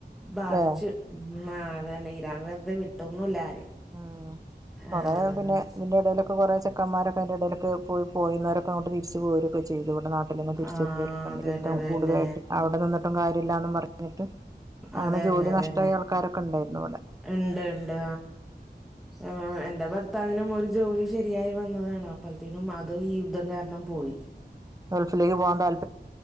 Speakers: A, in the centre; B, on the right.
A: ബാധിച്
B: ല്ലേ
A: ആഹ് അതന്നെ ഇരാൻ വെറുതെ വിട്ടൊന്നുംല്ല ആരേം.
B: ആഹ് കൊറേ
A: ആഹ്
B: പിന്നെ ഇതിന്റെ എടേലൊക്ക് ഇപ്പോ കൊറെ ചക്കന്മാക്കെ ന്റെ എഡെലൊക്കെ പോയി പോയിന്നു വരൊക്കെങ്ങോട്ട് തിരിച്ച് പോരും. ക്കെ ചെയ്തു ഇവിടെ നാട്ടിൽ തന്നെ തിരിച്ചെത്തിയവരൊ
A: ആഹ്
B: ക്കണ്ട്
A: അതന്നെ
B: യുദ്ധം
A: അതന്നെ
B: കൂടുതലായിട്ട് അവിടെന്നിട്ടും കാര്യില്ലന്നും പറഞ്ഞിട്ട്. അനെ
A: അതന്നെ
B: ജോലി
A: അതന്നെ
B: നഷടായ ആൾക്കാരൊക്കെ ഇണ്ടായിരുന്നു ഇവടെ.
A: ഇണ്ട് ഇണ്ട് ആഹ് എന്റെ ഭർത്താവിനും ഒരു. ജോലി ശരിയായി വന്നതാണ് അപ്പഴത്തിനും അത് ഈ യുദ്ധം കാരണം പോയി.
B: ഗൾഫിലേക്ക് പോകാൻ താൽ